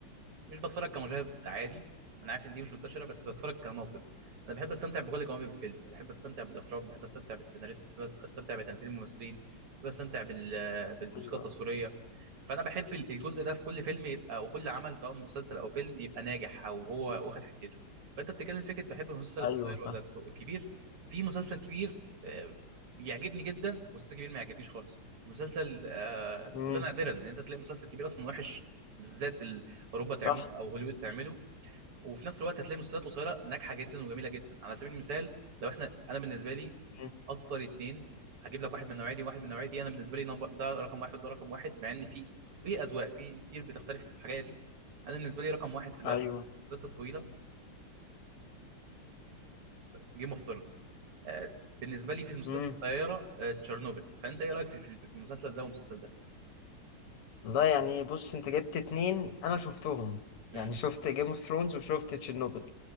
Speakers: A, on the right (about 85°); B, on the left (about 85°).
A: مش بتفرج كمشاهد عادي انا عارف ان دي مش منتشره بس بتفرج كناقد انا بحب استمتع بكل جوانب الفيلم بحب استمتع بالاخراج بحب استمتع بالسيناريست بحب استمتع بتمثيل الممثلين بحب استمتع بال... بالموسيقى
B: ايوه
A: التصويريه فانا بحب ال- الجزء ده في كل فيلم يبقى او كل عمل سواء مسلسل او فيلم يبقى ناجح او هو واخد حتته فانت بتتكلم فكره بحب المسلسل القصير
B: ايوه
A: ولا
B: فاهم
A: الكبير في مسلسل كبير آه، بيعجبني جدا مسلسل كبير ما يعجبنيش خالص ومسلسل آه
B: امم
A: وده نادرا ان انت تلاقي مسلسل كبير اصلا وحش بالذات اوروبا تعمله
B: صح
A: او هوليوود تعمله وفي نفس الوقت هتلاقي مسلسلات قصيره ناجحه جدا وجميله جدا على سبيل المثال لو احنا انا بالنسبه لي
B: مم.
A: اكتر اتنين هجيب لك واحد من النوعيه دي وواحد من النوعيه دي انا بالنسبه لي نمبر ده رقم واحد وده رقم واحد مع ان في في اذواق في كتير بتختلف في الحاجه دي انا بالنسبه لي رقم واحد في الافلام
B: ايوه
A: الطويله جيم اوف ثرونز بالنسبه لي في المسلسلات
B: امم
A: القصيره آه، تشيرنوبل فانت ايه رايك في في المسلسل ده والمسلسل ده؟
B: والله يعني بص انت جبت اتنين انا شفتهم يعني
A: مم.
B: شفت جيم اوف ثرونز وشفت تشيرنوبل